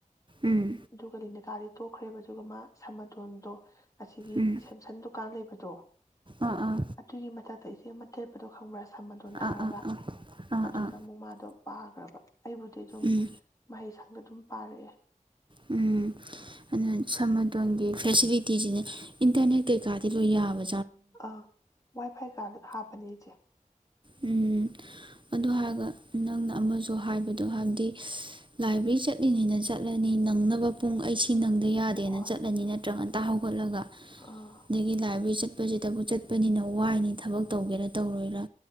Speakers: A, on the right (about 35°); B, on the left (about 25°).
A: ꯎꯝ
B: ꯑꯗꯨꯒ ꯂꯤꯅꯤꯀꯥ ꯇꯣꯛꯈ꯭ꯔꯦꯕ ꯑꯗꯨꯒ ꯃꯥ ꯁꯃꯥꯗꯣꯟꯗꯣ ꯑꯁꯤꯒꯤ
A: ꯎꯝ
B: ꯁꯦꯝꯁꯪ ꯗꯨꯀꯥꯟ ꯂꯩꯕ ꯗꯣ
A: ꯑꯥ ꯑꯥ
B: ꯑꯗꯨꯒꯤ ꯃꯊꯛꯇ ꯏꯆꯦ ꯑꯃ ꯊꯦꯠꯄꯗꯣ ꯈꯪꯕ꯭ꯔ? ꯁꯝ ꯃꯗꯣꯟ ꯊꯥꯔꯒ
A: ꯑꯥ ꯑꯥ ꯑꯥ ꯑꯥ
B: ꯑꯗꯨꯗ
A: ꯑꯥ
B: ꯑꯃꯨꯛ ꯃꯥꯗꯣ <unintelligible> ꯑꯩꯕꯨꯗꯤ ꯑꯗꯨꯝ
A: ꯎꯝ
B: ꯃꯍꯩ ꯁꯪꯗ ꯑꯗꯨꯝ ꯄꯥꯥ ꯔꯦ꯫
A: ꯎꯝ ꯑꯗꯨ ꯁꯝꯃꯗꯣꯟꯒꯤ ꯐꯦꯁꯤꯂꯤꯇꯤꯁꯤꯅꯦ ꯏꯟꯇꯔꯅꯦꯠ ꯀꯩꯀꯥꯗꯤ ꯂꯣꯏ ꯌꯥꯕ
B: ꯑ ꯋꯥꯏ ꯐꯥꯏ ꯀꯗꯤ ꯍꯥꯞ <unintelligible> ꯆꯦ꯫
A: ꯎꯝ꯫ ꯑꯗꯨ ꯍꯥꯏꯔꯒ ꯅꯪꯅ ꯑꯃꯁꯨ ꯍꯥꯏꯕꯗꯣ ꯍꯥꯏꯕꯗꯤ ꯂꯥꯏꯕ꯭ꯔꯦꯔꯤ ꯆꯠꯂꯤꯅꯤꯅ ꯆꯠꯂꯅꯤ ꯅꯪꯅꯕ ꯄꯨꯡ ꯑꯩꯁꯦ ꯁꯤ ꯅꯪꯗꯤ ꯌꯥꯗꯦꯅ
B: ꯍꯣꯏ
A: ꯆꯠꯂꯅꯤ ꯅꯠꯇ꯭ꯔꯒꯅ ꯑꯗꯒꯤ
B: ꯑꯥ
A: ꯂꯥꯏꯕ꯭ꯔꯦꯔꯤ ꯆꯠ ꯆꯠꯄꯁꯤꯗꯕꯨ ꯆꯠꯄꯅꯤꯅ ꯋꯥꯏꯅꯤ ꯊꯕꯛ ꯇꯧꯒꯦꯔꯥ ꯇꯧꯔꯣꯏꯔꯥ꯫